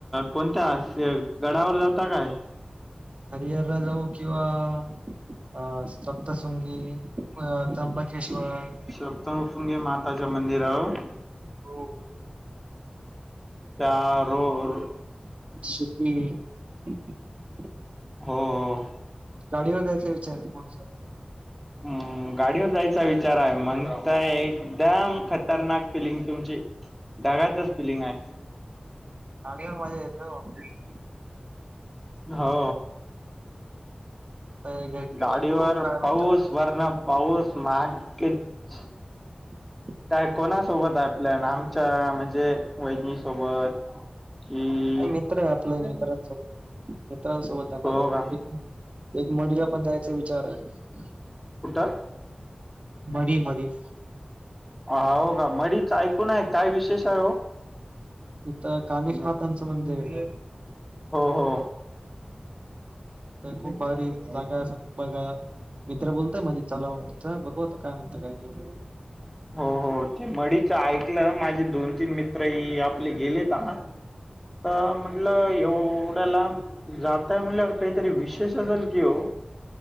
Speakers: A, in the centre; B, on the right (about 50°).
A: कोणत्यां गडांवर जातां कायं
B: हरिहरलां जाऊं किंवा अं सप्तश्रृंगी अं त्र्यंबकेश्वर
A: सप्तशृंगी मातां च्यां मंदिरांवर
B: हो
A: त्यां रोड रो
B: शिपिंग
A: हो हो
B: गांडीवर जायंचा विचारं आहे कां मंग
A: हम्मं गांडीवर जायंचा विचारं आहे म्हणतांय एकदंम खतरनांक फिलिंग तुमची ढगातंच फिलिंग आहे
B: गांडी वरं मजां येतों हो
A: हो
B: आता या घरी
A: गांडीवर
B: गेलो बघू काय म्हणता
A: पाऊस
B: काय नाही.
A: वरणं पाऊस महागेचं
B: <unintelligible>
A: कायं कोणांसोबतं आहे आपल्यां नां आमच्यां म्हणजे वहिनी सोबतं हि ई
B: मित्रं आहे आपल्यां मित्रांसोबतं मित्रांसोबतं जाणारं
A: हो का
B: आहे एक मंढी लां पणं जायंचा विचारं आहे
A: कुठं
B: मंढी मंढी
A: हं हो कां मढीचं ऐकूंन आहे कायं विशेष आहे हो
B: तिथं कानिफना थांच मंदिरं आहे
A: हो हो
B: खूंप भारी जागां असं बघायां मित्रं बोलतंय माझे चलां म्हणूंन चलां बघूं आतां कायं म्हणतां कायं नाहीं
A: हो हो ते मंढीच ऐकलं माझे दोन तीनं मित्रं आपले गेलेतं हं अं म्हटलं एवढ्यां लांब जातांय म्हणल्यांवर कांहीतरी विशेष असेलं की हो